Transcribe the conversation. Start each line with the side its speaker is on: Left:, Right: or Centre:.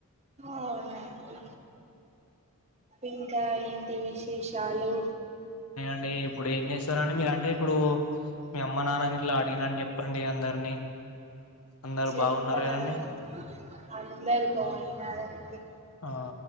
Right: అవునండి ఇంకా ఏంటి విశేషాలు
Left: అండి ఇప్పుడు ఏం చేస్తారండి మీరు అంటే ఇప్పుడు మీ అమ్మ నాన్న గట్లా అడిగినానని చెప్పండి అందరినీ అందరు
Right: చెప్తాను
Left: బాగున్నారు కదండి
Right: అందరు బాగున్నారు అండి
Left: ఆ